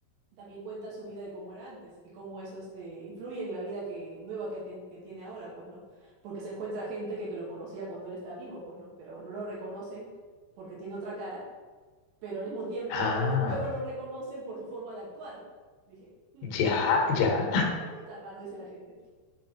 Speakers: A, on the right (about 80°); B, on the left (about 70°).
A: también cuenta su vida de cómo era antes y cómo eso este, influye en la vida que, nueva que, tien- que tiene ahora, pues, ¿no? Porque se encuentra gente que, que lo conocía cuando él estaba vivo, pues, ¿no? Pero no lo reconocen porque tiene otra cara, pero al mismo tiempo
B: Ah,
A: lo- luego lo reconocen por su forma de actuar. Dije, "Hmm",
B: ya,
A: como
B: ya.
A: que, que esto está raro, dice la gente.